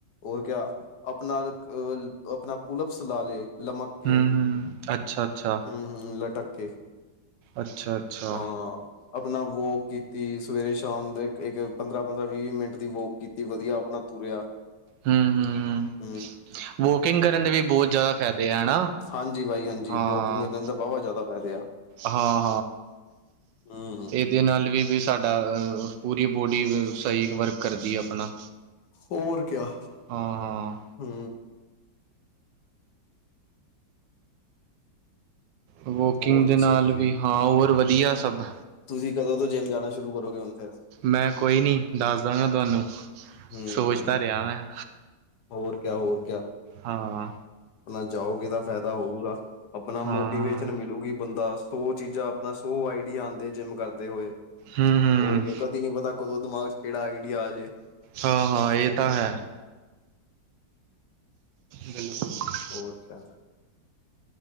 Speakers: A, on the left (about 65°); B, on the right (about 80°).
A: ਹੋਰ ਕਿਆ ਆਪਣਾ ਅ ਆਪਣਾ ਪੁਲਪਸ ਲਾ ਲਏ। ਲਮਕ ਕੇ
B: ਹੂੰ ਹੂੰ ਅੱਛਾ ਅੱਛਾ
A: ਹੂੰ-ਹੂੰ ਲਟਕ ਕੇ
B: ਅੱਛਾ-ਅੱਛਾ
A: ਹਾਂ ਆਪਣਾ ਵੋਕ ਕੀਤੀ, ਸਵੇਰੇ-ਸ਼ਾਮ ਦੇ ਇੱਕ ਪੰਦਰਾਂ-ਪੰਦਰਾਂ ਵੀਹ-ਵੀਹ ਮਿੰਟ ਦੀ ਵੋਕ ਕੀਤੀ ਵਧੀਆ ਆਪਣਾ ਤੁਰਿਆ
B: ਹੂੰ -ਹੂੰ।
A: ਹੂੰ
B: ਵੋਕਿੰਗ ਕਰਨ ਦੇ ਵੀ ਬਹੁਤ ਜ਼ਿਆਦਾ ਫਾਇਦੇ ਹੈ ਹਨਾ।
A: ਹਾਂਜੀ ਬਾਈ, ਹਾਂਜੀ
B: ਹਾਂ
A: ਬੋਗਿੰਗ ਕਰਨ ਦੇ ਵਾਹਵਾ ਜ਼ਿਆਦਾ ਪੈਦੇ ਆ।
B: ਹਾਂ
A: ਹੂੰ -ਹੂੰ।
B: ਏਦੇ ਨਾਲ ਵੀ, ਵੀ ਸਾਡਾ ਪੂਰੀ ਬੋਡੀ ਸਹੀ ਵਰਕ ਕਰਦੀ ਏ ਆਪਣਾ।
A: ਹੋਰ, ਕਿਆ।
B: ਹਾਂ-ਹਾਂ
A: ਹੂੰ
B: ਵੋਕਿੰਗ
A: ਹੋਰ ਦੱਸੋ
B: ਦੇ ਨਾਲ
A: ਤੁਸੀਂ
B: ਵੀ ਹਾਂ ਹੋਰ ਵਧੀਆ ਸਭ।
A: ਤੁਸੀਂ ਕਦੋਂ ਤੋਂ ਜਿੰਮ ਜਾਣਾ ਸ਼ੁਰੂ ਕਰੋਗੇ ਹੁਣ ਫੇਰ।
B: ਮੈਂ ਕੋਈ ਨੀ ਦੱਸ ਦਾਂਗਾ ਤੁਹਾਨੂੰ,
A: ਹੂੰ
B: ਸੋਚ ਤਾਂ ਰਿਆ ਮੈਂ
A: ਹੋਰ ਕਿਆ ਹੋਰ ਕਿਆ,
B: ਹਾਂ
A: ਆਪਣਾ ਜਾਓਗੇ ਤਾ ਫੈਦਾ ਹੋਊਗਾ, ਆਪਣਾ
B: ਹਾਂ
A: ਮੋਟੀਵੇਸ਼ਨ ਮਿਲੂਗੀ ਬੰਦਾ। ਸੋ ਚੀਜ਼ਾਂ ਆਪਣਾ ਸੋ ਆਈਡੀਆ ਆਂਦੇ ਜਿੰਮ ਕਰਦੇ ਹੋਏ,
B: ਹੂੰ-ਹੂੰ,
A: ਹੋਰ ਕੀ ਕਦੀ ਨੀ ਪਤਾ। ਕਦੋਂ ਦਿਮਾਗ'ਚ ਕਿਹੜਾ ਆਈਡੀਆ ਆਜੇ।
B: ਹਾਂ- ਹਾਂ ਇਹ ਤਾਂ ਹੈ। ਬਿਲਕੁਲ <unintelligible>
A: ਹੋਰ ਕਿਆ।